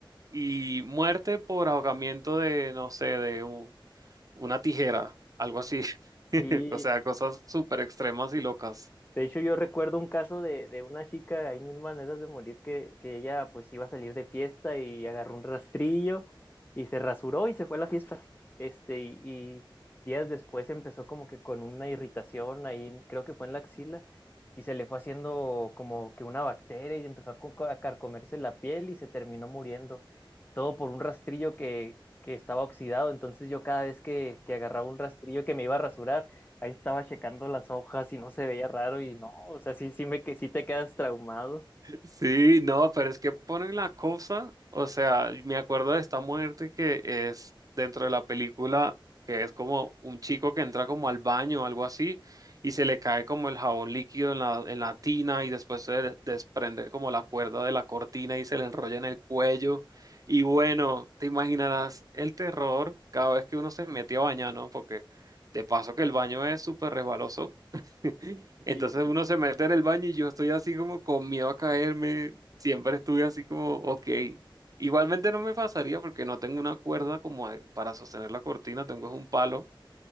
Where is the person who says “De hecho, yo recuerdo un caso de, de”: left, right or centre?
Left